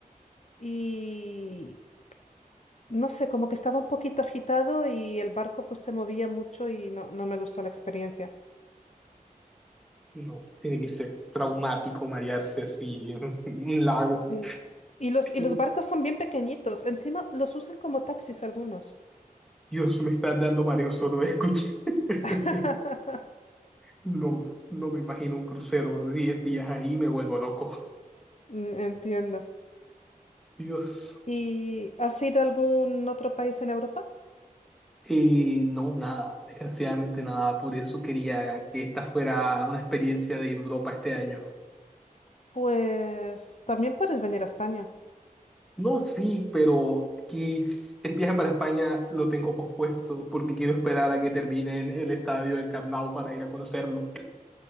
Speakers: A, on the left; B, in the centre.
A: y no sé, como que estaba un poquito agitado y el barco pues se movía mucho y no, no me gustó la experiencia.
B: No, tiene que ser traumático marearse así en un lago,
A: Sí. Y los,
B: tío.
A: y los barcos son bien pequeñitos, encima los usan como taxis algunos.
B: Dios, me está dando mareo solo de escuchar. <laughs>
A: <laughs>
B: No, no me imagino un crucero 10 días ahí, me vuelvo loco.
A: Mm, Entiendo.
B: Dios.
A: ¿Y has ido a algún otro país en Europa?
B: Eh, no, nada, desgraciadamente nada. Por eso quería que esta fuera una experiencia de ir a Europa este año.
A: Pues también puedes venir a España.
B: No, sí, pero que el viaje para España lo tengo pospuesto porque quiero esperar a que terminen el estadio del Camp Nou para ir a conocerlo.